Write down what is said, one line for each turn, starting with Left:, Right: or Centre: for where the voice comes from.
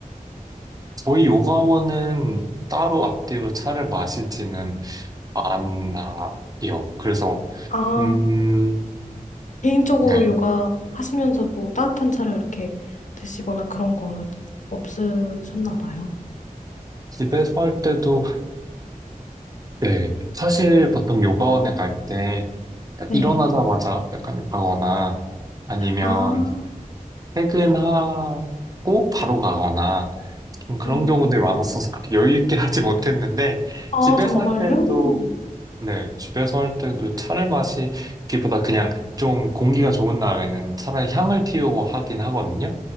Right: 저희 요가원은 따로 앞뒤로 차를 마시지는 안 나요. 그래서,
Left: 아,
Right: 음,
Left: 개인적으로
Right: 네.
Left: 요가 하시면서도 따뜻한 차를 이렇게 드시거나 그런 거는 없으셨나 봐요.
Right: 집에서 할 때도, 네. 사실 보통 요가원에
Left: 음.
Right: 갈 때,
Left: 네.
Right: 일어나자마자 약간 가거나, 아니면
Left: 아 아,
Right: 퇴근하고 바로 가거나, 좀 그런
Left: 음.
Right: 경우들이 많았어서 그렇게 여유 있게 <laughs> 하지 못했는데,
Left: 아,
Right: 집에서
Left: 정말요?
Right: 할 때도, 네. 집에서 할 때도 차를 마시기보다 그냥 좀 공기가 좋은 날에는 차라리 향을 피우고 하긴 하거든요.